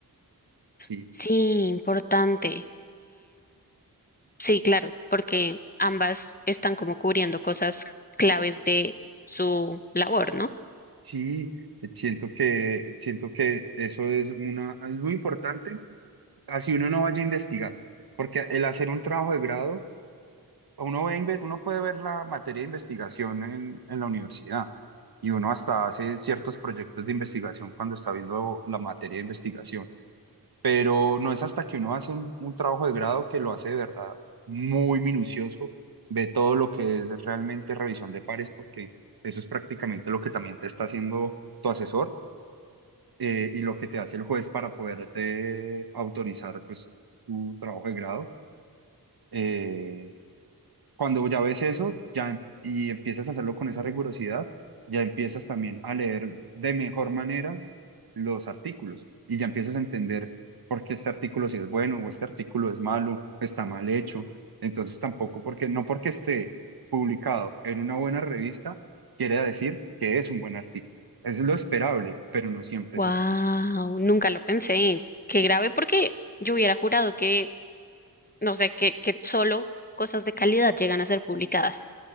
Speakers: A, on the right; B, on the left.
A: Sí.
B: sí, importante. Sí, claro, porque ambas están como cubriendo cosas claves de su labor, ¿no?
A: Sí, eh, siento que, siento que eso es una, es muy importante, así uno no vaya a investigar, porque el hacer un trabajo de grado, uno ve, inve- uno puede ver la materia de investigación en, en la universidad y uno hasta hace ciertos proyectos de investigación cuando está viendo la materia de investigación, pero no es hasta que uno hace un, un trabajo de grado que lo hace de verdad muy minucioso, ve todo lo que es realmente revisión de pares, porque eso es prácticamente lo que también te está haciendo tu asesor eh, y lo que te hace el juez para poderte autorizar pues tu trabajo de grado. Eh, cuando ya ves eso ya, em- y empiezas a hacerlo con esa rigurosidad, ya empiezas también a leer de mejor manera los artículos y ya empiezas a entender por qué este artículo sí es bueno o este artículo es malo, está mal hecho. Entonces tampoco porque, no porque esté publicado en una buena revista, quiere decir que es un buen artículo. Es lo esperable, pero no siempre
B: Wow,
A: es así.
B: nunca lo pensé. Qué grave porque yo hubiera jurado que, no sé, que, que solo cosas de calidad llegan a ser publicadas.